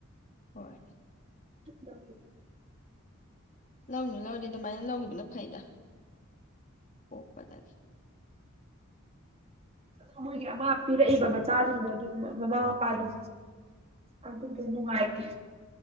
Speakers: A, on the left (about 35°); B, on the right (about 30°).
A: ꯍꯣꯏ
B: ꯆꯗꯦ
A: ꯂꯧꯅꯤ ꯂꯧꯔꯦ ꯑꯗꯨꯃꯥꯏꯅ ꯂꯧꯈꯤꯕꯅꯣ ꯐꯥꯏꯗ ꯑꯣ ꯄꯒ
B: ꯑ ꯃꯣꯏꯒꯤ ꯑꯃ ꯄꯤꯔꯛꯏꯕ ꯃꯆꯥꯁꯤꯡꯗꯣ ꯑꯗꯨ ꯃꯃꯥ ꯃꯄꯥꯗꯣ ꯑꯗꯨꯗꯣ ꯅꯨꯡꯉꯥꯏꯇꯦ